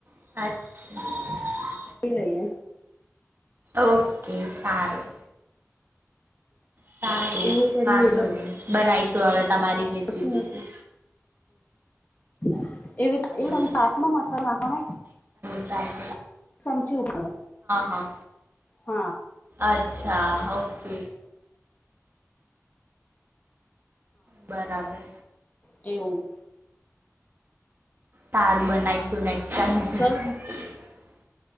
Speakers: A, on the right; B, on the left.
A: અચ્છા.
B: પી લહીએ.
A: ઓકે સારું. સારું
B: એવું કરીએ
A: વાંધોની.
B: એટલે
A: બનાવીશું હવે. તમારી રેસીપીથી
B: શું <inaudible> એવી એકદમ
A: એવું
B: ચાટ નો મસાલો નાખવાનો
A: રાઇ
B: ચમચી ઉપર
A: હા
B: <unintelligible>
A: અચ્છા ઓકે બરાબર.
B: એવુ.
A: સારુ બનાએંશુ નાઈ
B: ચલ
A: <unintelligible>